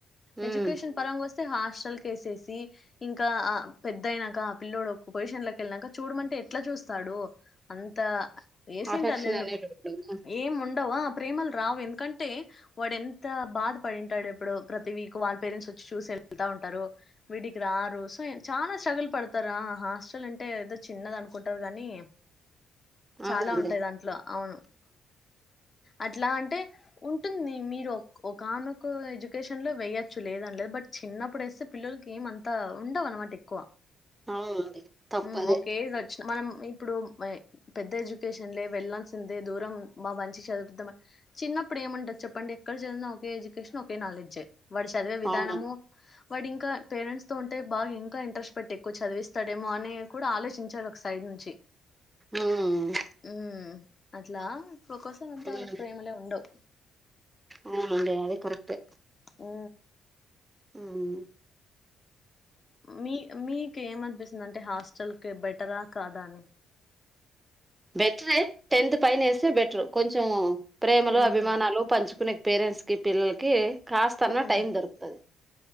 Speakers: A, on the left (about 35°); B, on the right (about 15°).
A: ఎజ్యుకేషన్
B: ఉమ్
A: పరంగస్తు హాస్టల్ కి వేసేసి ఇంకా పెద్దయినాక ఆ పిల్ల్లోడు పొజిషన్ లోకి వెళ్ళినాక చూడమంటే ఎట్లా చూస్తాడు అంత వేసేంటారు
B: అఫెక్షన్
A: లెండి
B: అనేటోళ్ళు
A: ఏం ఉండ ప్రేమల్ రావు ఎంతకంటే అంటే వాడు ఎంత బాధ పడింటాడు ఎప్పుడు ప్రతి వీక్ వాళ్ళ పేరెంట్స్ వచ్చి చూసి వెళ్తా ఉంటారు విడికి రారు సో చాలా స్ట్రగుల్ పడతారా హాస్టల్ అంటే ఏదో చిన్నగా అనుకుంటారు కాని చాలా
B: అవునండి
A: ఉంటాయి దాంట్లో అవును అట్లా అంటే ఉంటుంది మీరు ఒక అనొక ఎడ్యుకేషన్ లో వేయొచ్చు లేదనలేదు బట్ చిన్నప్పుడు వేస్తే పిల్లలకి ఏమ అంతా ఉండవు అనమాట ఎక్కువ
B: అవును అదే తప్పదే
A: ఉమ్ ఒక ఏజ్ మనం ఇప్పుడు పెద్ద ఎడ్యుకేషన్లే వెళ్ళల్సిందే దూరం మా మంచి చదువుతాం చిన్న ఇప్పుడు ఏ ఉంటాది చెప్పండి ఎక్కడ చదివిన ఒక ఎడ్యుకేషన్ ఒకే నాలెడ్జ్ వడి చదివే విధానము
B: అవునండి
A: వాటి ఇంకా పేరెంట్స్ తో ఉంటే బాగా ఇంకా ఇంట్రెస్ట్ పెట్టి ఎక్కువ చదివిస్తాడేమో అని కూడా ఆలోచించారు ఒక సైడ్ నుంచి
B: ఉమ్
A: ఉ అట్లా ఇప్పుడు ఒకసారే అంతా
B: ఉమ్
A: వాళ్ళకి ప్రేమలే ఉండవు
B: అవునండి అదే కరక్టే
A: ఆ
B: ఉమ్
A: మీ మీకు ఏమిఅనిపిస్తుంది అంటే హాస్టల్ క బెటరా కాదా అని
B: బెటరే టెన్త్ పైన వేస్తే బెటర్ కొంచెం ప్రేమలు
A: ఉమ్
B: అభిమానాలు పంచుకునే పేరెంట్స్కి పిల్లలకి కాస్తన్నా
A: ఉమ్
B: టైమ్ దొరుకుతది